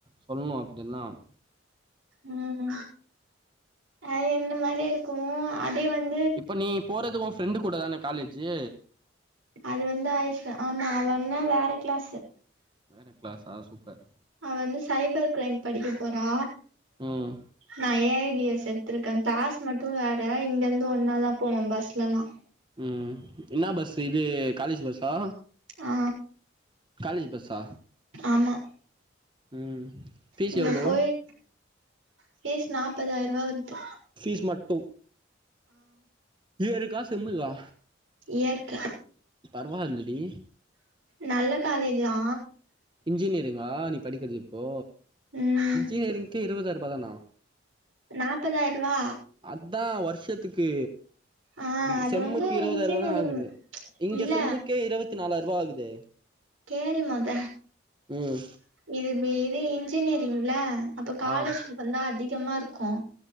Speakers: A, on the right (about 25°); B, on the right (about 85°).
A: சொல்ணு அப்பிடியெல்லாம்
B: ம் அது என்ன மாரியே இருக்குமோ அதே வந்
A: இப்ப நீ போறது உ ஃப்ரெண்டு கூட தான காலேஜு
B: அது வந்து ஆய்ஷா ஆமா அவ அனா வேற க்ளாஸு
A: வேற க்ளாஸா சூப்பர்
B: அவ வந்து சைபர் க்ரைம் படிக்க போறா
A: ம்
B: நா ஏ ஐ டி எஸ் எத் துருக்கே க்ளாஸ் மட்டு வேற இங்க இருந்து ஒன்னாதா போவோ பஸ்லெல்லா
A: ம் இன்னா பஸ்ஸு இது காலேஜ் பஸ்ஸா
B: ஆ
A: காலேஜ் பஸ்ஸா
B: ஆமா
A: ம் ஃபீஸ்
B: இங்க
A: எவ்ளோ
B: போய்ட் ஃபீஸ் நாப்பதாயிருபா வர்து
A: ஃபீஸ் மட்டு இயருக்கா செம்முக்கா
B: இயர்க்கு
A: பருவா இல்லடி
B: நல்ல காலேஜ்தா
A: இன்ஜினியரிங்கா நீ படிக்கிற்து இப்போ
B: ம்
A: இன்ஜினியரிங்க்கு இருவதாயிருபாதானா
B: நாப்பதாயிருவா
A: அத்தா வருஷத்துக்கு
B: ஆ
A: ம்
B: அது
A: செம்முக்கு
B: வந்து
A: இருவதாயிருபாதான
B: இன்ஜினியரிங்
A: ஆகுது இங்க
B: இல்ல
A: செம்முக்கே இருவத்தி நாலாயிருபா ஆகுதே
B: கேளு மொத
A: ம்
B: இது வே இது இன்ஜினேரிங்ல அப்போ காலேஜ்
A: ஆ
B: வந்தா அதிகமா இருக்கு